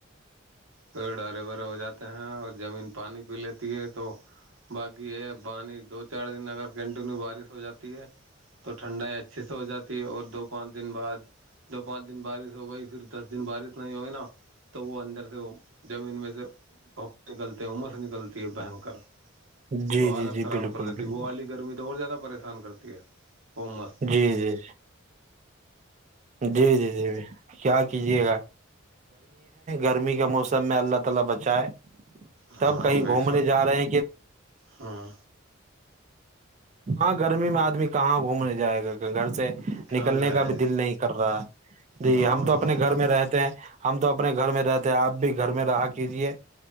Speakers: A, on the right; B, on the right.
A: پیڑ ہرے بھرے ہو جاتے ہیں اور زمین پانی پی لیتی ہے تو باقی ہے پانی دو چار دن اگر کنٹینیو بارش ہو جاتی ہے تو ٹھنڈائی اچھیے سے ہو جاتی ہے اور دو پانچ دن بعد دو پانچ دن بارش ہو گئی پھر دس دن بارش نہیں ہوئی نا تو وہ اندر سے زمین میں سے بپ نکلتے عمر سے نکلتی ہے بنکر
B: جی
A: تو حالت
B: جی جی
A: خراب
B: بالکل
A: کر دیتی
B: بالکل
A: ہے وہ والی گرمی تو اور زیادہ پریشانی پسان کرتی ہے وہ مست
B: جی جی جی جی جی جی بھیی کیجیے ادمی کا موسم میں اللہ تعالی بچائے
A: ہاں
B: تب کہیں گھومنے
A: بے شخ
B: جا رہے ہیں کہ
A: ہاں
B: ہاں گرمی میں آدمی کہاں گھومنے جائے گا کہ گھر سے
A: کہاں
B: نکلنے
A: جائے
B: کا بھی دل نہیں کر رہا جی
A: ہاں
B: ہم تو اپنے گھر میں رہتے ہیں ہم تو اپنے گھر میں رہتے ہیں آپ بھی گھر میں رہا کیجیے